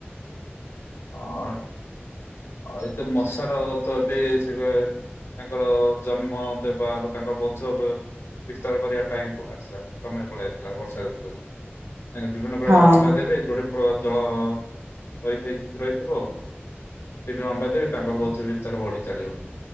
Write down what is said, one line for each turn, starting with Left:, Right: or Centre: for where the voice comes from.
Left: ଅ।
Right: <inaudible> <unintelligible>
Left: ଆଉ ଏତ ମଶାର ତ ଏବେ ସେ କ ତାଙ୍କର ଜନ୍ମ ଦେବାାର ତାଙ୍କ ବଂଶ ବିସ୍ତାର କରିବା ଟାଇ ଆସିଲା ସମୟ ପଳେଇ ଆସିଲଥିଲା ବର୍ଷା ଋତୁ। ଆ ବିଭିନ୍ନ ପ୍ରକାର
Right: ହଁ
Left: ଅଣ୍ଡା ଦେବେ ଯୋଉଠି ଜଳ ରହିଥ ରହିଥିବ। ସେଠି ଅଣ୍ଣ୍ଡା ଦେ ତାଙ୍କର ବଂଧ ବିସ୍ତାର ବଢି ଚାଲିବ।